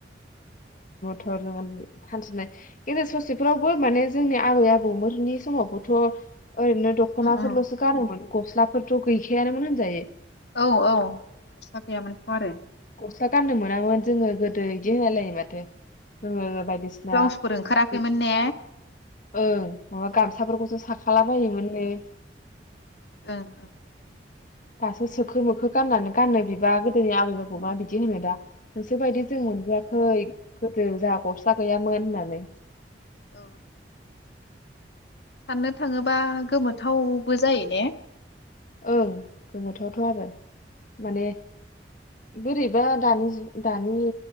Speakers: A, on the left; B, on the left.
A: हरजों हर हानथिनाय गेजेर ससेफोरावबो माने जोंनि आबै आबौमोननि समावबोथ' ओरैनो दख'नाफोरल'सो
B: उम
A: गानोमोन गस्लाफोरथ' गैखायानोमोन होनजायो
B: औ औ गस्ला गैयामोनथ' आरो
A: गस्ला गाननो मोनामोन जोङो गोदै। <unintelligible> होलायो माथो <unintelligible> दिसिना
B: ब्लाउसफोर ओंखाराखैमोन
A: बि
B: ने
A: ओं माबा गामसाफोरखौसो साखाला बोमोननो।
B: ओं ओं
A: दासो सोखो मोखो गाननानै गाननो बिबा गो जोंनि आबै
B: ओं
A: आबबा बिदि होनो दा गोसो बायदि जों मोनबोआखै
B: ओं
A: गोदो जा गस सा गैयामोन होननानै
B: औ साननो थाङोबा गोमोथावबो जायो ने
A: ओं गोमोथावथ' आरो माने बोरैबा दानि दानि